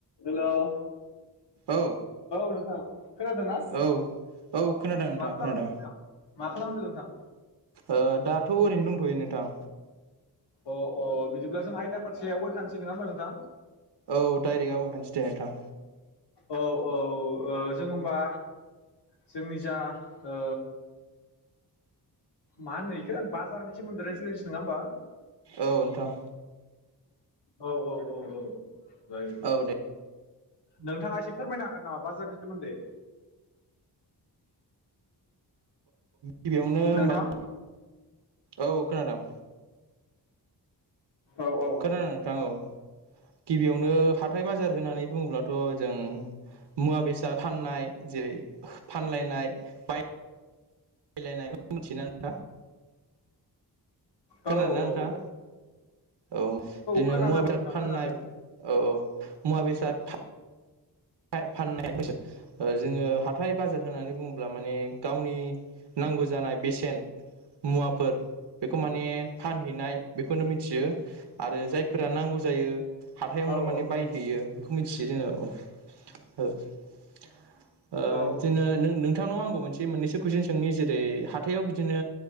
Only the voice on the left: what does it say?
हेल' औ
नोंथां। खोनादोंना?
मा खालामदों
नोंथां? मा खालामदों नोंथां?
अ अ बिदिब्ला जों आयदा फारसे आवगायखानोसै नङा होमबा नोंथां
औ औ ओ जों होमबा जोंनि जा ओ मा होनो इखो बाजारनि सोमोन्दै रायज्लायनोसै नङा होमबा
औ औ औ औ जायो
नोंथाङा एसे फोरमायनो हागोन नामा बाजारनि सोमोन्दै
नोंथां
औ औ
औ
औ
औ
खोनादों
नोंथां
खोनादों
औ
औ
औ